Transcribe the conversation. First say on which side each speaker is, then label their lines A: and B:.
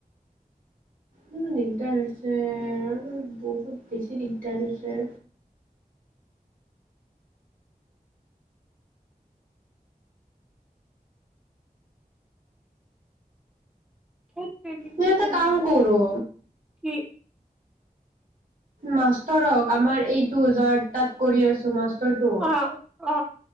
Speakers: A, on the right (about 60°); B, in the centre.
A: উম' দিগদাৰ হৈছে আৰু বহুত বেছি দিগদাৰ হৈছে।
B: হেইত তেৰি কি
A: মই এটা
B: যে হ'ব
A: কাম কৰো
B: কি-
A: মাষ্টৰক আমাৰ এইটো জয় তাত কৰি আছো মাষ্টৰটো।
B: অ অ